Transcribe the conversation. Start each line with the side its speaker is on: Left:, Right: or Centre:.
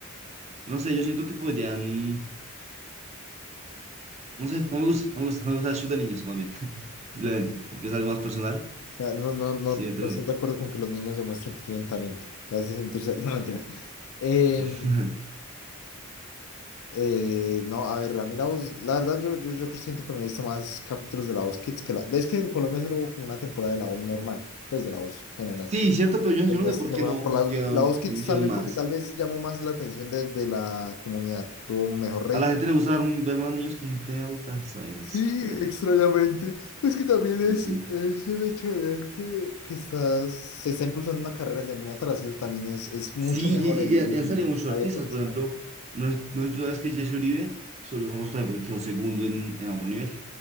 Right: No sé, yo siento que podrían. No sé, no me gusta, no me gusta, no me gusta el show de niños, más bien. Simplemente,
Left: Ok. O
Right: creo que es algo más personal.
Left: sea, no, no, no,
Right: Sí,
Left: no
Right: yo
Left: estás de acuerdo con que los niños demuestren que tienen talento. Te hace sentirse... <laughs> No, mentiras. Eh,
Right: <laughs>
Left: Eh, no, a ver, a mí la voz, la verdad yo, yo, yo siento que me he visto más capítulos de la voz Kids que la... Es que en Colombia solo hubo como una temporada de la voz normal, pues de la voz general.
Right: sí, cierto, pero yo,
Left: El
Right: yo no
Left: resto
Right: sé por
Left: se
Right: qué
Left: fueron
Right: no,
Left: por
Right: por
Left: la, voz-
Right: qué no,
Left: la voz
Right: por
Left: Kids
Right: qué no hicieron
Left: también
Right: más.
Left: porque tal vez llamó más la atención de, de la comunidad, tuvo mejor rating.
Right: A la gente le gusta ver, ver más niños que gente adulta, está bien,
Left: Sí,
Right: es- puede ser.
Left: extrañamente. Pues que también es,
Right: Sí, sí. sí.
Left: es el hecho de ver que, que estás, se está impulsando una carrera desde muy atrás, eso también es, es mucho
Right: Sí,
Left: mejor
Right: y,
Left: en,
Right: y-
Left: en
Right: y han salido muchos
Left: la
Right: artistas,
Left: vida profesional.
Right: por ejemplo, no es, no es tú sabes que Jesse Uribe se volvió famoso también porque quedó segundo en, en otro nivel.